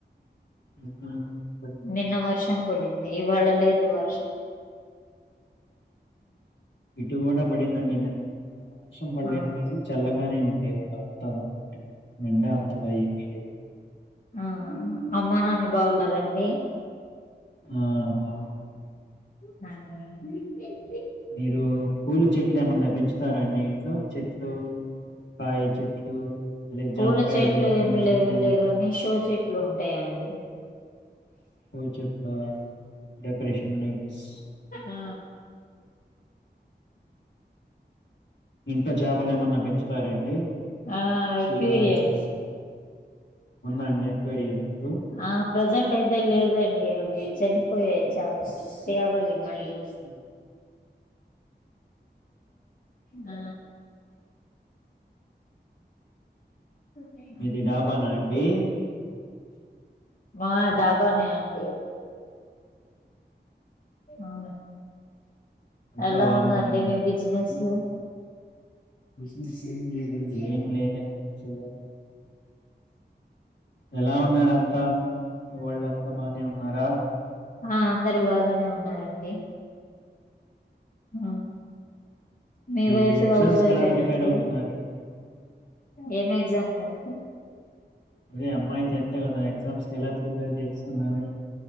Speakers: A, on the left; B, on the left.
A: ఆహా! నిన్న పడిందా?
B: నిన్న వర్ వర్షం పడింది ఇవాళ్ళ లేదు వర్షం
A: ఇటు కూడ పడిందండి నేన్న ఇవాళ వర్షం పడలేదు
B: ఆ
A: గాని చల్లగానే ఉందివాళ వం వాతావరణం <unintelligible> అంతగా ఏమీ లేదు
B: ఆ అమ్మా నాన్న బాగున్నర అండి
A: ఆ! బావున్నానండి.
B: అ
A: మీరు పూల చెట్లు ఏమన్నా పెంచుతరాండి ఇంట్లో చెట్లు కాయ చెట్లు అదే
B: పూల
A: జామకాయలు
B: చెట్లు
A: అట్లాంటి
B: ఏమి లేవులేగానీ
A: చెట్లు ఏమన్నా ఉన్నాయండి?
B: శో చె ట్లు ఉంటాయండి
A: ఫో చెట్లా డెకరేషన్ నైట్స్
B: ఆ
A: ఇంకా చేపలేమన్నా పెంచు సరే అండి
B: ఆ ఎక్వేరియం
A: షో లైట్స్ దగ్గర ఉంద అండి అక్వేరియం మీకు
B: ఆ ప్రజెంట్ అయితే లేదండి అవి చనిపోయాయి చాపస్ తేవాలి మళ్ళీ
A: హు
B: ఆ <unintelligible>
A: మీది డాబాన అండి
B: మా డాబనే అండి అ
A: అంతా
B: ఎలా
A: బాగున్నారండి
B: ఉందండి మీ బిజినెస్లు
A: ఇంతకీ
B: బిజినెస్ ఏంలేదండీ
A: ఏం లేదండి అసలు ఎలా ఉన్నారంతా, మీ వాళ్ళంతా బానే ఉన్నారా.
B: ఆ అందరు బాగానే ఉన్నారండి, ఆ మీ
A: ఈ
B: వైఫ్,
A: ఎగ్జామ్స్
B: హౌస్ వైఫ్
A: కి ఎలా
B: ఏనా
A: ప్రిపేర్
B: అండి.
A: అవుతున్నారండి
B: ఏం ఎగ్జామ్స్ <unintelligible>
A: అదే అమ్మాయితే టెన్త్ కదా, ఎగ్జామ్స్ కీ ఎలా ప్రిపేర్ చేయిస్తున్నారు.